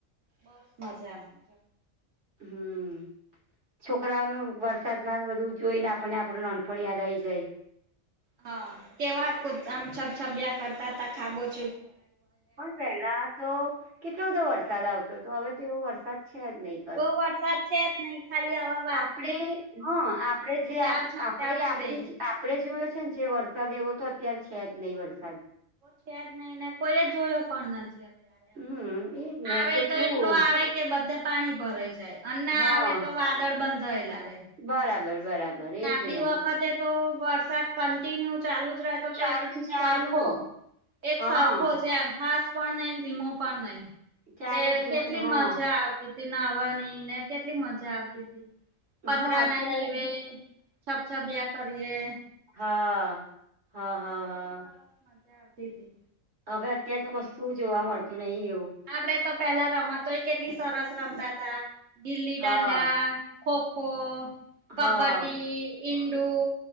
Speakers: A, on the right; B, on the right.
A: બસ મજા માં
B: હમ છોકરાઓ નું વરસાદ માં બધું જોઈને આપણને આપણું નાનપણ યાદ આવી જાય
A: હા કેવા આમ છબ છબ્યા કરતા હતા ખાબો
B: કોઈ છે ના તો કેટલો બધો વરસાદ આવતો હતો હવે તોવો વરસાદ છે, જ નહી
A: બહ વરસાદ છે, જ નહીિ ખાલી હવા
B: આપણે હ આપણે જે
A: ચાર છાંટા
B: આપણે
A: પડે
B: આપડી આપડે જોયો છે, ને જે વરસાદ એવો તો અત્યારે છે, જ નહી વરસાદ
A: છે જ નહી કોઈ જોયો પણ નથી અત્યારે
B: હમ
A: એમ
B: એજ ને
A: આવે
B: કેટલું
A: તો એટલો આવે કે બધે પાણી ભરાઈ જાય અને ના
B: હા
A: આવે તો વાદળ બધાંયેલા રેય
B: બરાબર બરાબર
A: અને
B: એજ
A: આપડી
B: ને
A: વખતે તો વરસાદ કન્ટિન્યુ ચાલુ જ રહે તો
B: ચાલુ
A: તો એક
B: ચાલુ
A: સરખો એક
B: હા
A: સરખો જેમ ફાસ પણ નઈ ધીમો પણ નઈ
B: ચાલુ
A: તે
B: ધીમું
A: કેટલી
B: હા
A: મજા આવતી નવાની ની ને કેટલી મજા આવતી હતી પતરા
B: હા અત્યારે
A: ની નેવે છપ છપ બ કરીએે.
B: હા-હા-હા-હા
A: કેવી સરસ મજા આવતી હતી
B: હવે અત્યારે તો કશું
A: હવે
B: જોવા મળતું નહી એવું
A: આપડે તો પેલા રમતોય કેટલી સરસ રમતા હતાા ગિલ્લી
B: હા
A: દંડા ખોખો, કબ્ડી,
B: હા
A: ઇન્ડુ